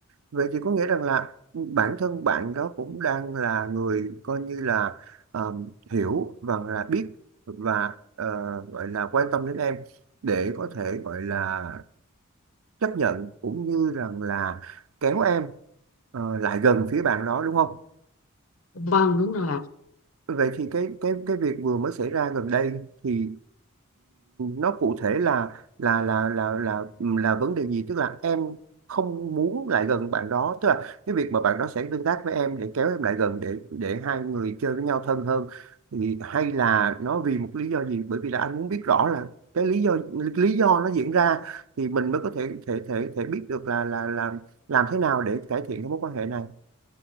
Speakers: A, on the right (about 70°); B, on the left (about 70°).
A: vậy thì có nghĩa rằng là bản thân bạn đó cũng đang là người coi như là ờ, hiểu và là biết và ờ, gọi là quan tâm đến em để có thể gọi là chấp nhận cũng như rằng là kéo em ờ, lại gần phía bạn đó đúng không?
B: vâng đúng rồi ạ
A: Vậy thì cái cái cái việc vừa mới xảy ra gần đây thì nó cụ thể là là là là là là vấn đề gì tức là em không muốn lại gần bạn đó tức là cái việc mà bạn đó sẽ tương tác với em để kéo em lại gần để để hai người chơi với nhau thân hơn thì hay là nó vì một lý do gì bởi vì là anh muốn biết rõ là cái lý do lý do nó diễn ra thì mình mới có thể thể thể thể biết được là là làm làm thế nào để cải thiện cái mối quan hệ này